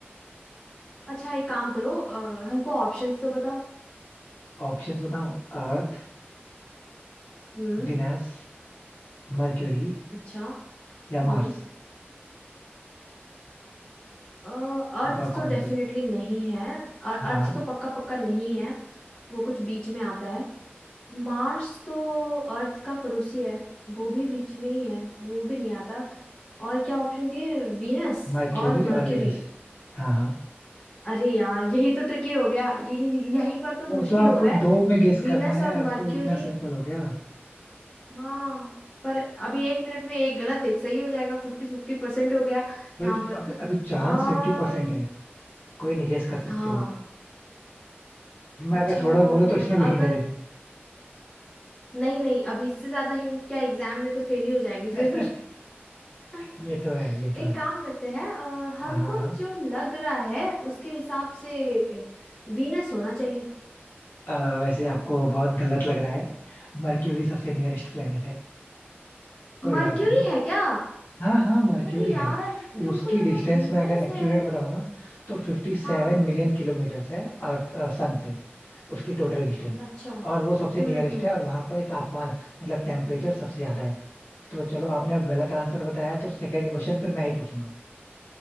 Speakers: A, on the left; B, on the left.
A: अच्छा एक काम करो अ, हमको ऑप्शंस तो बताओ
B: ऑप्शंस बताऊं अर्थ
A: हम्म
B: विनस मर्क्यूरी
A: अच्छा
B: या मार्स
A: हम्म अर्थ
B: बताओ
A: तो
B: कौन
A: डेफिनेटली
B: सा है
A: नहीं है और अर्थ
B: हाँ
A: तो पक्का पक्का नहीं है वो कुछ बीच में आता है मार्स तो अर्थ का पड़ोसी है वो भी बीच में ही है वो भी नहीं आता और क्या ऑप्शन दिए वीनस
B: मर्क्यूरी
A: और मर्क्यूरी
B: और विनस हाँ हाँ
A: अरे यार यही तो ट्रिकी हो गया ये यहीं पर तो
B: अब
A: मुश्किल
B: तो आपको
A: हो रहा है
B: दो में गेस
A: वीनस
B: करना है
A: और
B: अब
A: मर्क्यूरी
B: तो इतना सिंपल हो गया
A: हाँ पर अभी एक मिनट में एक गलत एक सही हो जाएगा फिफ्टी फिफ्टी परसेंट हो गया
B: भाई
A: यहाँ
B: तो
A: पर
B: अब अभी चांस
A: अम
B: फिफ्टी परसेंट है कोई नहीं गेस कर सकते
A: हाँ
B: हो आप मैं
A: अच्छा
B: अगर थोड़ा बोलो तो इसमें भी
A: अगर
B: हिंट दे दूं
A: नहीं नहीं अभी इससे ज्यादा हिंट क्या एग्जाम में तो फेल ही हो जाएंगे फिर
B: <laughs>
A: <laughs>
B: ये तो है ये तो
A: एक
B: है
A: काम करते हैं अ, हमको
B: हाँ हाँ हाँ।
A: जो लग रहा है उसके हिसाब से वीनस होना चाहिए
B: अ, वैसे आपको बहुत गलत लग रहा है मरक्यूरी सबसे नियरेस्ट प्लेनेट है कोई
A: मर्क्यूरी
B: बात नहीं
A: है क्या
B: हाँ हाँ मरक्यूरी
A: अरे यार
B: है
A: हमको
B: उसकी
A: लगा
B: डिस्टेंस
A: वीनस
B: में अगर एक्यूरेट
A: है
B: बताऊं ना तो फिफ्टी
A: हाँ
B: सेवन मिलियन किलोमीटर्स है अर्थ सन से उसकी टोटल डिस्टेंस
A: अच्छा हम्म
B: और वो सबसे नियरेस्ट
A: हम्म
B: है और वहां पर तापमान मतलब टेम्परेचर सबसे ज्यादा है तो चलो आपने अब गलत आंसर बताया तो सेकंड क्वेश्चन फिर मैं ही पूछूंगा